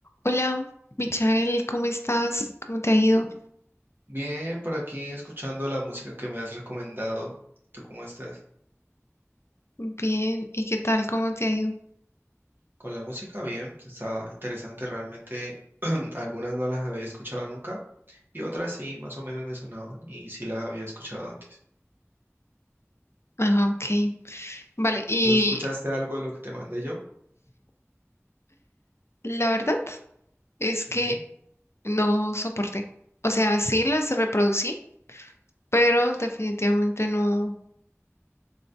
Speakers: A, on the left (about 60°); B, on the right (about 45°).
A: Hola, Michael, ¿cómo estás? ¿Cómo te ha ido?
B: Bien, por aquí escuchando la música que me has recomendado. ¿Tú cómo estás?
A: Bien, ¿y qué tal? ¿Cómo te ha ido?
B: Con la música, bien, estaba interesante. Realmente <clears throat> algunas no las había escuchado nunca y otras sí, más o menos me sonaban y sí las había escuchado antes.
A: Ajá, ok. Vale, y
B: ¿Tú escuchaste algo de lo que te mandé yo?
A: la verdad es
B: Sí.
A: que no soporté. O sea, sí las reproducí, pero definitivamente no,